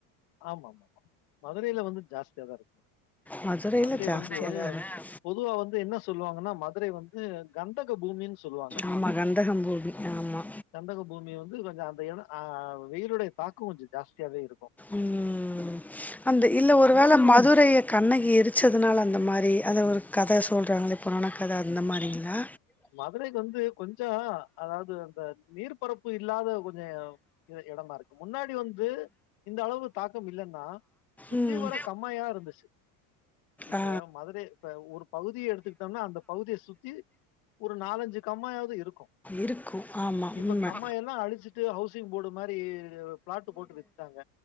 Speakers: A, on the left (about 65°); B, in the centre.
A: ஆமாமாமா மதுரைல வந்து ஜாஸ்தியா தா இருக்கு
B: மதுரைல
A: மதுரை
B: ஜாஸ்தியா
A: வந்து
B: தா இருக்கு
A: பொதுவா வந்து என்ன சொல்லுவாங்கன்னா, மதுரை வந்து கந்தக பூமின் சொல்லுவாங்க
B: ஆமா, கந்தகம் பூமி. ஆமா.
A: கந்தக பூமி வந்து கொஞ்ச அந்த எடோ ஆ வெயிலுடைய தாக்கோ கொஞ்சோ ஜாஸ்தியாவே இருக்கு
B: ம் அந்த இல்ல ஒருவேள மதுரைய கண்ணகி எரிச்சதுனால அந்த மாரி அந்த ஒரு கத சொல்றாங்களே புராண கத அந்த மாரிங்ளா
A: மதுரை வந்து கொஞ்சோ அதாவ்து அந்த நீர் பரப்பு இல்லாத கொஞ்சோ எ எடமா இருக்கு முன்னாடி வந்து இந்தளவு தாக்கம் இல்லன்னா சுத்தீ
B: ம்
A: வர கம்மாயா இருந்துச்சு இப்ப
B: ஆ
A: மது ர இப்ப ஒரு பகுதிய எடுத்துக்கிட்டம்னா அந்த பகுதிய சுத்தி ஒரு நாலஞ்சு கம்மாயாவ்து இருக்கு
B: இருக்கும். ஆமா
A: இப்ப
B: உண்ம.
A: கம்மாயெல்லா அழிச்சிட்டு ஹவுஸ் சிங் போடு மாரி பிளாட்டு் போட்டு விட்டாங்க